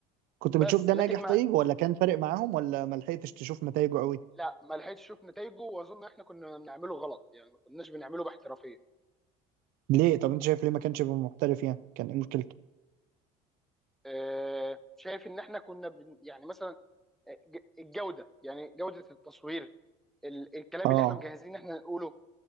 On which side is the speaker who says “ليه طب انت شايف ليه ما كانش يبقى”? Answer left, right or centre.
Right